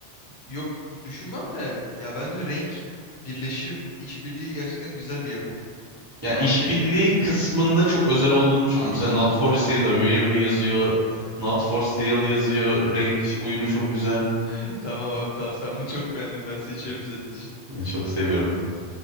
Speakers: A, on the left (about 65°); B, on the right (about 30°).
A: Yok düşünmem de. Ya bence renk birleşim, işbirliği gerçekten güzel bir yapım.
B: Ya
A: Ama
B: işbirliği
A: senin
B: kısmında çok özel olduğunu düşünmüyorum.
A: anladım.
B: Mesela Not for
A: <gasps>
B: Sale'da Wear Me yazıyor. Not for Sale yazıyor. Renk uyumu çok güzel.
A: <laughs> Tamam abi tamam sen bunu çok beğendim ben seçiyorum senin için.
B: Ben çok seviyorum.